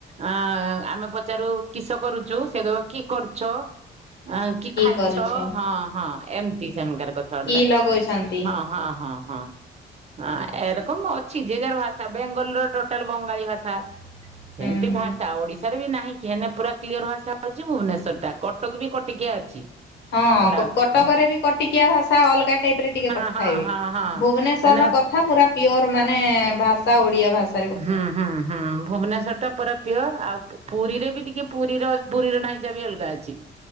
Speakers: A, on the right; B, on the left.
A: ଅ ଆମେ ପଚାରୁ କିସ କରୁଚୁ, ସେ କହିବ କି କରୁଛ। ଆଁ କି ଖାଇଚ,
B: କରୁଛ ହୁଁ
A: ହଁ ହଁ ଏମତି ସେମାନଙ୍କ କଥାବର୍ତ୍ତା।
B: କି ଲଗଉଛନ୍ତି?
A: ହଁ ହଁ ହଁ ହଁ। ହ
B: ହୁଁ
A: ଏରକମ ଅଛି। ଯେ ଯାର ଭାଷା ବେଙ୍ଗଲର ଟୋଟାଲ ବଙ୍ଗାଳୀ ଭାଷା। ସେମିତି
B: ହୁଁ ହୁଁ।
A: ଭାଷା ଓଡିଶା ବି ନାହିଁ କିି ହେନେ ପୁରା କ୍ଲିଅର ଭାଷା ହଉଚି ଭୁବନେଶ୍ୱର ଟା। କଟକ ବି କଟକିଆ ଅଛି।
B: ହଁ
A: ହେଲା
B: କଟକରେ
A: ହଁ
B: ବି କଟିକିଆ ଭାଷା ଅଲଗା। ଟାଇପ ରେ ଟିକେ
A: ହଁ
B: କଥା
A: ହଁ
B: ହେବି
A: ହଁ
B: ଭୁବନେଶ୍ଵର
A: ମାନେ
B: ର କଥା ପୁରା ପିଓର ମାନେ ଭାଷା ଓଡିଆ ଭାଷା।
A: ହଁ ହଁ ହଁ ଭୁବନେଶ୍ଵର ଟା ପୁରା ପିଓର ଆଉ ପୁରୀରେ ବି ଟିକେ ପୁରୀର ପୁରୀର ଢାଇଁଚା ବି ଅଲଗା ଅଛି।